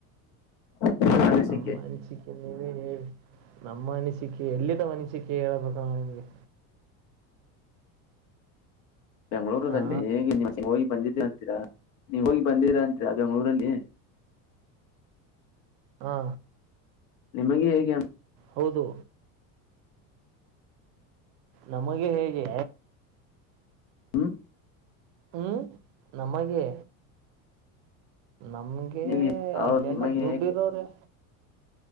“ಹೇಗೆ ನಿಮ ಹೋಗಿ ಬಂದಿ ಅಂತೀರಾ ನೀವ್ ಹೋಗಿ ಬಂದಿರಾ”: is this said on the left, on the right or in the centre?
Left